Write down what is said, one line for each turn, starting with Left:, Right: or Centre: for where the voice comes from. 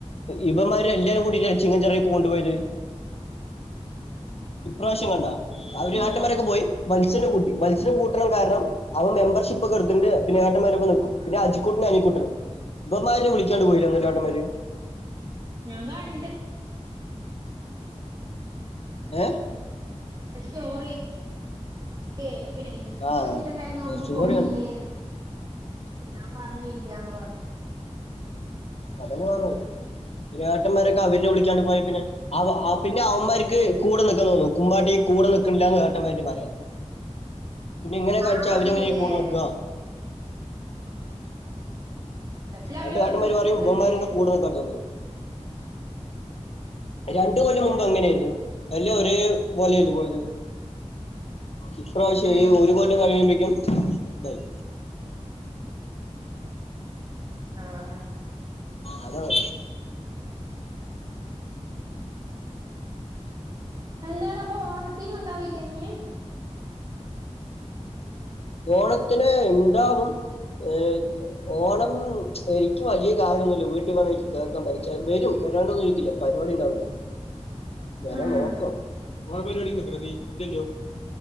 Left: ഇവന്മാര് എല്ലാവരും കൂടിട്ട ചിങ്ങൻചറിയെ കൊണ്ടുപോയത് പ്രാവശ്യം കണ്ട അവര്
Right: ഉം
Left: ഏട്ടന്മാരൊക്കെ പോയി വത്സനെ കൂട്ടി വത്സനെ കൂട്ടണം കാരണം അവൻ മെമ്പർഷിപ്പ് ഇപ്പോടുത്തിടുണ്ട് പിന്നെ ഏട്ടന്മാരോട് ഒപ്പം നിക്കും പിന്നെ അജിക്കൂട്ടനും അനിക്കൂട്ടനും ഇവന്മാരേം വിളിക്കാണ്ട് പോയി അല്ലെ
Right: ആഹ്
Left: ഏട്ടന്മാര്
Right: ഞാൻ കണ്ട്
Left: ഏ
Right: സോറി ഏ പി വിളിച്ചിട്ടുണ്ടായിന്ന്
Left: ആ
Right: ഉണ്ണി
Left: സ്റ്റോറി
Right: പോയില്ലേന്ന്
Left: കണ്ടു
Right: ഞാൻ പറഞ്ഞ ഇല്ലന്ന പറഞ്ഞു
Left: അതന്നെ പറഞ്ഞത് പിന്നെ ഏട്ടന്മാരൊക്കെ അവരിനെ വിളിക്കാണ്ട് പോയ പിന്നെ അ പിന്നെ അവന്മാർക്ക് കൂടെ നിൽക്കാൻ തോന്നുന്നു കുമ്പാട്ടിക്ക് കൂടെ നിക്കില്ലന്ന്ഏട്ടന്മാർക്ക്‌ പരാതി പിന്നെ എങ്ങനെ കാണിച്ചാ
Right: ആ അന്ന്ല്ലേ
Left: അവര്ങ്ങനെയ കൂടെ നിക്കുവ
Right: <inaudible> അല്ല അവര്
Left: അന്റെ ഏട്ടന്മാര്
Right: ഒരുമിച്ച്
Left: പറയും
Right: നിക്കണ്ടേ
Left: ഇവന്മാരുടെ കൂടെ <unintelligible> രണ്ടു കൊല്ലം
Right: അതെയ
Left: മുമ്പ് എങ്ങനെയായിരുന്നു എല്ലാം ഒരേ പോലെയല്ലേ പോയത് ഇപ്രാവശ്യം
Right: ഉം
Left: ഒരു കൊല്ലം കഴിയുമേക്കും ഇതായി
Right: ആഹ
Left: അതാണ്
Right: എന്തട അപ്പൊ ഓണ ത്തിനും ഉണ്ടാവില്ലങ്
Left: ഓണത്തിന് ഇണ്ടാവും ഏ ഓണം എനിക്ക് വലിയ കാര്യമൊന്നുമല്ല വീട്ടിൽ വന്ന് എനിക്ക് കേൾക്കാൻ പ വരും വരാണ്ടൊന്നും ഇരിക്കില്ല പരിപാടി ഉണ്ടാവല്ലോ വരാ
Right: ഉം
Left: നോക്കാം ങ്ങെ പരിപടി ഇണ്ടടാ നീ ഇല്ലല്ലോ